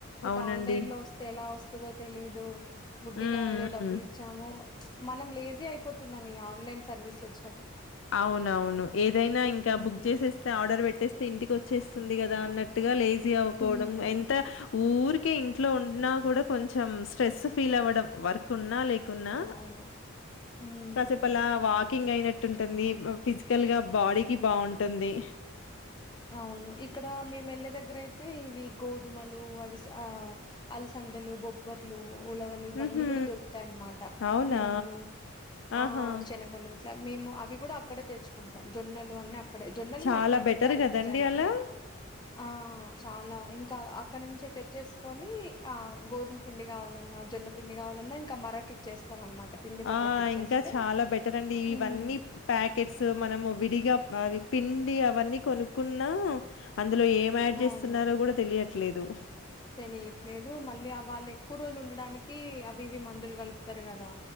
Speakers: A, on the left; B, on the left.
A: బట్
B: అవునండి.
A: ఆన్లైన్ లో వస్తే ఎలా వస్తదో తెలీదు గుడ్డిగా
B: హ్మ్.
A: ఏదో డబ్బులు
B: హ్మ్.
A: ఇచ్చాము మనం లేజీ అయిపోతున్నాం ఈ ఆన్లైన్ సర్వీస్ లోచి
B: అవునవును ఏదైనా ఇంకా
A: ఉమ్
B: బుక్ చేసేస్తే ఆర్డర్ పెట్టేస్తే ఇంటికి వచ్చేస్తుంది కదా అన్నట్టు గా లేజీ అవ్వపోడం
A: ఉమ్
B: ఎంత ఊరికే ఇంట్లో ఉన్నా కూడా కొంచెం స్ట్రెస్ ఫీల్ అవ్వడం వర్క్ ఉన్నా లేక కున్నా
A: అవును ఉమ్
B: కాసేపలా వా వాకింగ్ అయినట్టు ఉంటుంది ఫిజికల్ గా బాడీకిి బాగుంటుంది
A: అవును ఇక్కడ మే మెల్లె దగ్గర అయితే ఇవి గోధుమలు అవి అలస అందలు బొబ్బర్లు ఉలవలు ఇవన్నీ
B: హుహు.
A: కూడా దొరుకుతాయన్నమాట
B: అవునా!
A: మినుములు
B: ఆహా!
A: ఆ శనగలు ఇ మేము అవి కూడా అక్కడే తెచ్చుకుంటాం జొన్నలు అని అక్కడే జొన్నలు
B: చాలా
A: మాకు పండు
B: బెటర్
A: తాయి
B: గదండీ
A: నిజానికి
B: అలా.
A: ఆ చా అలా ఇంకా అక్కడ నుంచి తెచ్చేసుకొని ఆ గోధుమ పిండి కావాలన్నా జొన్న పిండి కావాలన్నా ఇంకా మరకి ఇచ్చేస్తాం అనమాట పిండి మరలకి
B: ఆ
A: ఇచ్చేస్తే
B: ఇంకా చాలా బెటర్ అండి ఇవన్నీ
A: ఉమ్,
B: ప్యాకెట్స్ మనము విడిగా అవి పిండి అవన్నీ కొనుక్కున్నా అందులో ఏం యాడ్ చేస్తున్నారో
A: అవును
B: కూడా తెలియ ట్లేదు
A: తెలియట్లేదు మళ్ళీ వాళ్ళు ఎక్కువ రోజులు ఉండడానికి అవి ఇవి మందులు కలుపుతారు కదా